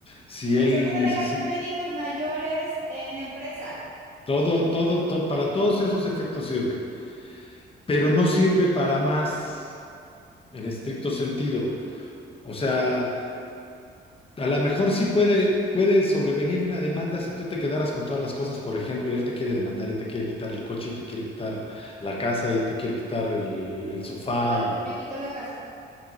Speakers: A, on the left; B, on the right.
A: si
B: El
A: él
B: seguro
A: necesita...
B: de gastos médicos mayores en la empresa.
A: Todo, todo, todo, para todos esos efectos sirve, pero no sirve para más en estricto sentido. O sea, a lo mejor sí puede, puede sobrevenir una demanda si tú te quedaras con todas las cosas, por ejemplo, y él te quiere demandar y te quiere quitar el coche y te quiere quitar la casa y te quiere quitar el, el sofá.
B: Me quitó, el- me quitó la casa.